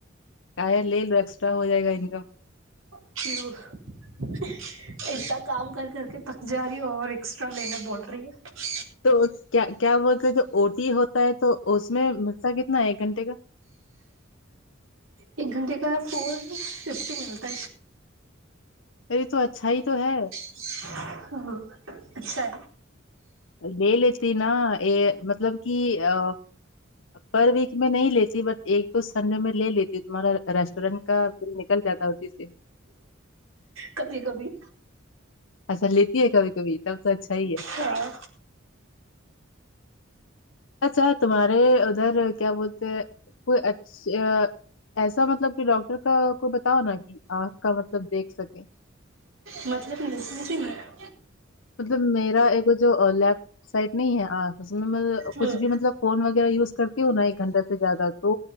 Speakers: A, on the left; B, on the right.
A: ایکسٹرا ہو جائے گا انکم
B: کیوں اتنا کام کر کر کے تھک جا رہی ہ اور اسٹرا لینے بول رہی ہے
A: تو کیا کیا بولتے جو اوٹی ہوتا ہے تو اس میں میلتا کتنا ہے ایک گھنٹے کا
B: ایک گھنٹیے کا فور ففٹی ملتا
A: اے تو اچھا ہی تو ہے
B: ہاں اچھا
A: لے لیتی نا یہ مطلب کہ ا پر ویک میں نہیں لیتی بٹ ایک دو سنڈے میں لے لیتی ہوں تمہارا ریسٹورینٹ کا بیل نکل جاتا ہے اسی سے
B: کبھی کبھی
A: اچھا لیتی ہے کبھی کبھی تب تو اچھا ہی ہے
B: ہاں
A: اچھا تمہارے ادھر کیا بولتے کوئی اچھا ایسا مطلب کہ ڈاکٹر کا کوئی بتاؤ نا کہ آنکھ کا مطلب دیکھ سکے
B: مطلب <unintelligible>
A: مطلب میرا ایک جو لیفٹ سائڈ نہیں ہے انکھ میں
B: ہوں
A: کچھ بھی مطلب فون وغیرہ یوز کرتی ہو نا ایک گھنٹہ سے زیادہ تو